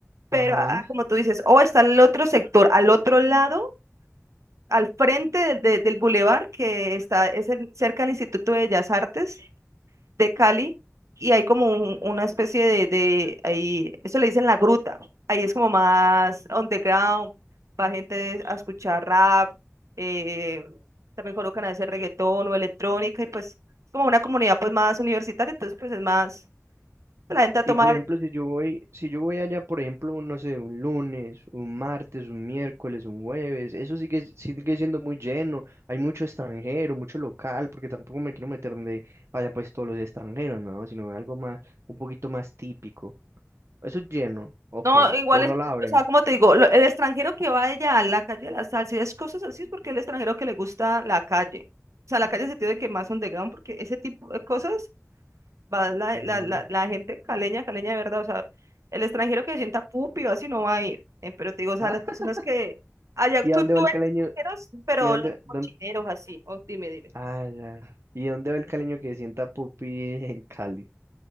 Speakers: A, on the right (about 80°); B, on the right (about 60°).
A: pero
B: ajá.
A: ah, como tú dices, o está el otro sector, al otro lado al frente del, de- del bulevar que está es el- cerca del Instituto de Bellas Artes de Cali y hay como un- una especie de, de ahí, eso le dicen la gruta. Ahí es como más underground, va gente a escuchar rap, eh, también colocan a veces reggaetón o electrónica y pues como una comunidad pues más universitaria, entonces pues es más, pues, la gente a tomar
B: Y por ejemplo, si yo voy, si yo voy allá, por ejemplo, un, no sé, un lunes, un martes, un miércoles, un jueves, eso sigue, sigue siendo muy lleno. Hay mucho extranjero, mucho local, porque tampoco me quiero meter donde vayan pues todos los extranjeros, ¿no? Sino algo más, un poquito más típico. Eso es lleno, ok.
A: No, igual
B: O
A: es,
B: no la abren.
A: o sea, como te digo, lo- el extranjero que va allá a la calle de la salsa y es cosas así, es porque el extranjero que le gusta la calle. O sea, la calle se tiene que más underground, porque ese tipo de cosas va la,
B: Ujú.
A: la, la, la gente caleña, caleña de verdad. O sea, el extranjero que se sienta pupi o así no va a ir. eh, pero te digo, o sea,
B: Ah,
A: las personas
B: <laughs>
A: que allá,
B: ¿y
A: tú,
B: a dónde
A: tú
B: va el
A: eres
B: caleño?
A: extranjeros, pero
B: ¿Y a dónde,
A: los
B: dónde-
A: cochineros así. o dime, dime.
B: Ah, ya. ¿Y a dónde va el caleño que sienta pupi en Cali?